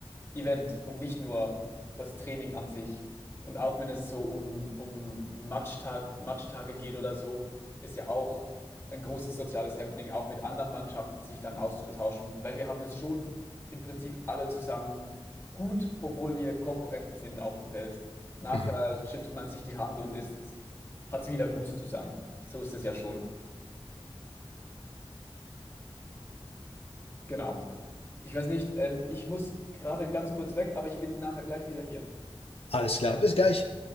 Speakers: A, on the left; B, on the left.
A: Event und nicht nur das Training an sich. Und auch wenn es so um, um Matchtag, Matchtage geht oder so, ist ja auch ein großes soziales Happening, auch mit anderen Mannschaften sich dann auszutauschen, weil wir haben es schon im Prinzip alle zusammen gut, obwohl wir Konkurrenten sind auf dem Feld. Nachher
B: Mhm.
A: schüttelt man sich die Hand und ist, hat es wieder gut zusammen. So ist es ja schon. Genau. Ich weiß nicht, ähm, ich muss gerade ganz kurz weg, aber ich bin nachher gleich wieder hier.
B: Alles klar, bis gleich.